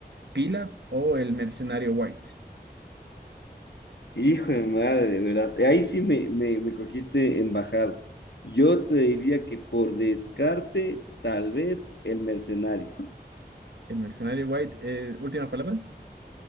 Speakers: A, on the right; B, on the left.
A: Pilaf o el mercenario White.
B: Hijo de madre, de verdad. Ahí sí me, me, me cogiste en bajada. Yo te diría que por descarte, tal vez el mercenario.
A: El mercenario White, eh, última palabra.